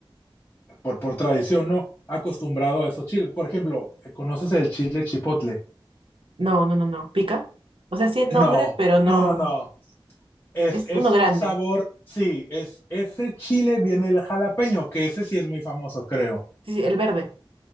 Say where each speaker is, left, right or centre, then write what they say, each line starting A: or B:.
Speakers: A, on the left (about 25°); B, on the right (about 75°).
A: por, por tradición, ¿no? Acostumbrado a esos chiles. Por ejemplo, ¿conoces el chile chipotle?
B: No, no, no, no. ¿Pica? O sea, sí es nombre,
A: No,
B: pero
A: no,
B: no.
A: no, no. Es,
B: Es
A: es
B: uno grande.
A: un sabor, sí, es ese chile viene el jalapeño, que ese sí es muy famoso, creo.
B: Sí, sí, el verde.